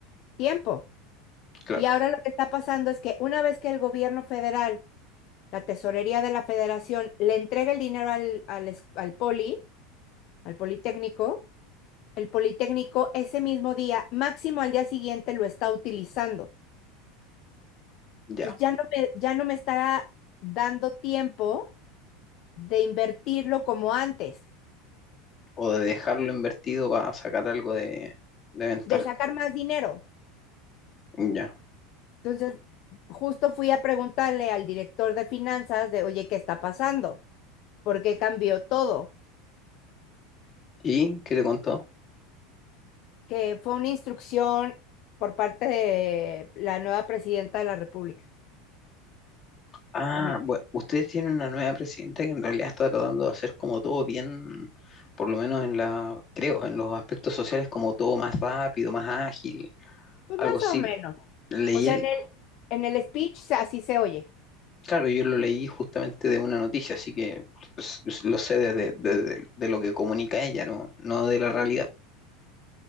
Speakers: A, on the left (about 55°); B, on the left (about 30°).
A: tiempo.
B: claro.
A: Y ahora lo que está pasando es que una vez que el gobierno federal, la tesorería de la federación, le entrega el dinero al, al, es- al Poli, al Politécnico, el Politécnico ese mismo día, máximo al día siguiente, lo está utilizando.
B: ya
A: Entonces ya no me, ya no me estará dando tiempo de invertirlo como antes,
B: o de dejarlo invertido para sacar algo de, de ventaja.
A: de sacar más dinero.
B: Ya.
A: Entonces, justo fui a preguntarle al director de finanzas de, oye, ¿qué está pasando? ¿Por qué cambió todo?
B: ¿Y qué te contó?
A: Que fue una instrucción por parte de la nueva presidenta de la República.
B: Ah,
A: de mi
B: bueno, ustedes tienen una nueva presidenta que en realidad está tratando de hacer como todo bien, por lo menos en la, creo, en los aspectos sociales, como todo más rápido, más ágil,
A: Pues
B: algo
A: más
B: así.
A: o menos.
B: Leí
A: O sea,
B: el,
A: en el, en el speech se- así se oye.
B: claro, yo lo leí justamente de una noticia, así que pues, lo sé desde, desde- de lo que comunica ella, ¿no? No de la realidad.